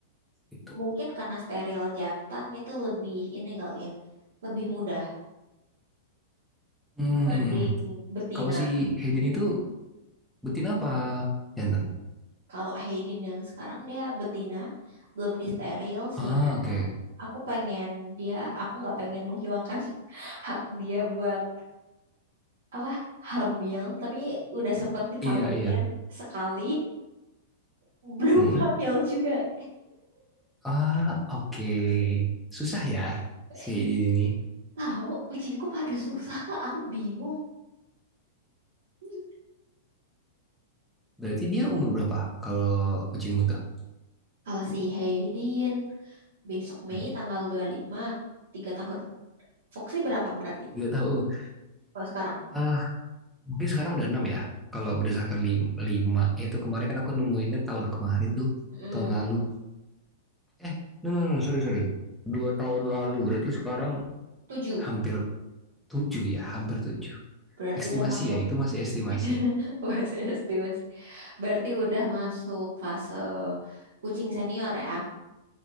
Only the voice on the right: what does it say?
mungkin karena steril jantan itu lebih ini kali ya, lebih mudah
dibanding
betina.
Kalau Hayden yang sekarang dia betina, belum di steril. Sebenarnya
aku pengen dia, aku nggak pengen menghilangkan <laughs> hak dia buat apa hamil, tapi udah sempet dikawinin
sekali. Belum
hamil juga.
Eh,
Tahu, kucingku pada susah, Kak. Aku bingung. Hmm.
Kalau si Haydin, besok Mei
tanggal 25 3 tahun. Foxy berapa berarti?
Kalau sekarang?
Hmm,
7.
Berarti
udah masuk.
<laughs> Masih SD, masih. Berarti udah masuk fase kucing senior ya.